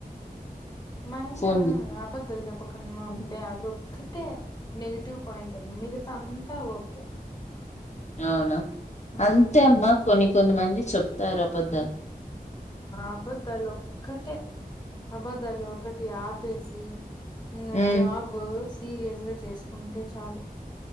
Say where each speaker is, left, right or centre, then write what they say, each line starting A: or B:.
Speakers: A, on the left (about 25°); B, on the left (about 45°).
A: మా యిన
B: ఫోన్
A: అబద్ధాలు చెప్పకున మా
B: ఓకే
A: అంటే అదొక అంటే నెగిటివ్ పాయింట్ ఏ మిగతా అంతా ఓకే
B: అవునా
A: ఆ
B: అంతే అమ్మా కొన్ని కొన్ని మంది చెప్తారు అబద్ధాలు
A: అబద్దాలు ఒక్కటే అబద్దాలు ఒకటి ఆపేసి ఇంగా
B: హ్మ్.
A: జాబ్ సీరియస్ గా చేసుకుంటే చాలు